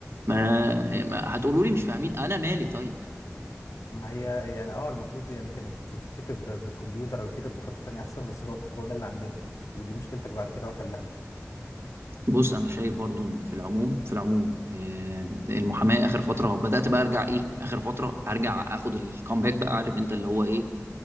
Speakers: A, on the right (about 55°); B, on the left (about 85°).
A: ما ما هتقولوا لي مش فاهمين، أنا مالي طيب؟
B: ما هي يعني اه المفروض يعني كانت تتكتب ب- بالكمبيوتر او يتكتب بخط تاني احسن بس هو هو ده اللي عندنا ودي مشكلتك بعد كده وحلها
A: بُص، أنا شايف برضه إن في العموم في العموم آمم، المحاماة آخر فترة بدأت بقى أرجع إيه، آخر فترة أرجع آخُد الcomeback بقى عارف أنت اللي هو إيه،